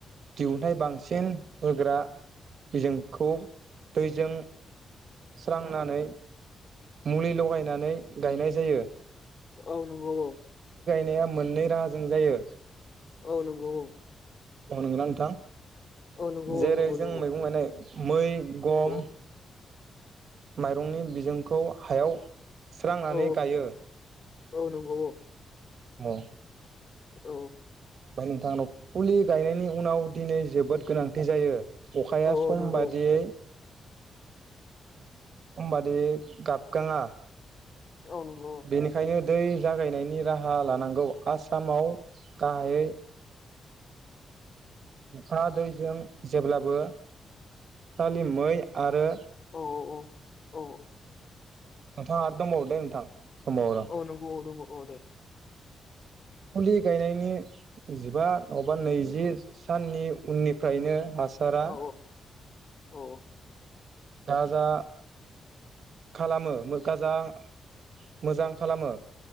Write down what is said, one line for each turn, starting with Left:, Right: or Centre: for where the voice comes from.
Right: दिहुनथाइ बांसिन होग्रा बिजोंखौ दैजों स्रांनानै मुलि लगायनानै गायनाय जायो।
Left: औ नंगौ औ।
Right: नाया मोननै राहाजों जायो।
Left: औ नंगौ औ नंगौ
Right: अ नंगौना नोंथां
Left: औ नंगौ
Right: जेरै
Left: नंगौ
Right: जों मैगं
Left: औ
Right: गायनाय मै गम
Left: औ
Right: माइरंनि बिजोंखौ हायाव स्रांनानै
Left: औ
Right: गायो।
Left: औ नंगौ औ।
Right: औ
Left: औ
Right: ओमफ्राय नोंथांनाव फुलि गायनायनि उनाव दिनै जोबोद गोनांथि जायो अखाया
Left: औ
Right: सम
Left: नंगौ
Right: बादियै समबादि गाबगाङा
Left: औ नंगौ
Right: बेनिखायनो दै जागायनायनि राहा लानांगौ आसामाव गाहायै अखा दैजों जेब्लाबो खालि मै आरो
Left: औ औ औ ओ
Right: नोंथां आरो दंबावो दै नोंथां दंबावो र'
Left: औ नंगौ औ नंगौ दे
Right: फुलि गायनायनि जिबा अबा नैजि साननि उननिफ्रायनो हास सारा
Left: औ औ
Right: थाजा खालामो गाजा मोजां खालामो